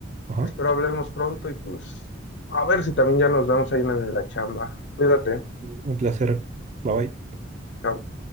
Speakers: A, on the right (about 35°); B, on the left (about 65°).
A: Ajá.
B: Espero hablemos pronto y pues a ver si también ya nos vemos ahí en la chamba. Cuídate.
A: Un placer. Bye bye.
B: Chao.